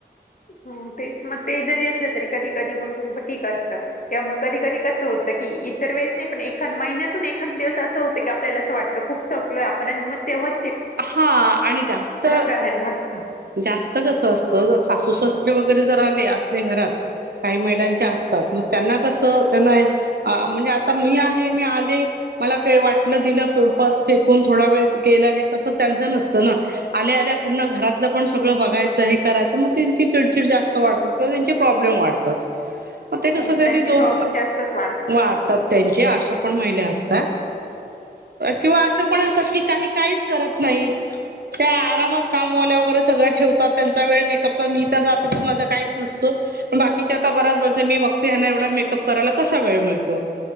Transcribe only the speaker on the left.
हो तेच मग ते जरी असलं तरी कधी कधी मग ठीक असत किंवा मग कधी कधी कसं होतं की इतर वेळेस नाही पण एखाद महिन्यात तून एखाद दिवस असं होत की आपल्याला असं वाटतं खूप थकलो आपण मग तेव्हा
करायला लागतं.
हो.
हो
त्यांचे प्रॉब्लेम
जास्तच